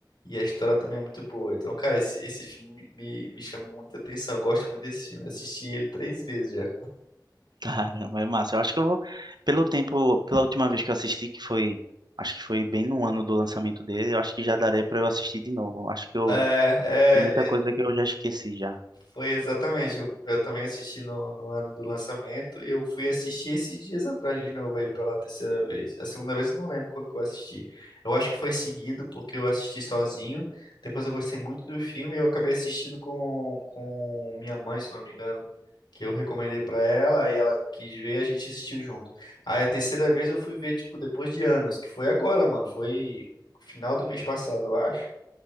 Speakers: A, on the left (about 80°); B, on the right (about 70°).
A: E a história também é muito boa. Então, cara, esse, esse filme me, me chamou muita atenção. Eu gosto muito desse filme. Eu Assisti ele três vezes já.
B: Caramba, é massa. Eu acho que eu vou, pelo tempo, pela última vez que eu assisti, que foi, acho que foi bem no ano do lançamento dele, eu acho que já daria pra eu assistir de novo. Acho que eu,
A: É,
B: tem muita coisa
A: é,
B: que eu já esqueci já.
A: Foi exatamente. Eu, eu também assisti no, no ano do lançamento e eu fui assistir esses dias atrás de novo aí pela terceira vez. A segunda vez eu não lembro quando que eu assisti. Eu acho que foi seguido porque eu assisti sozinho. Depois eu gostei muito do filme e eu acabei assistindo com, com minha mãe, se não me engano, que eu recomendei pra ela, aí ela quis ver, a gente assistiu junto. Aí a terceira vez eu fui ver tipo depois de anos, que foi agora, mano, foi final do mês passado, eu acho.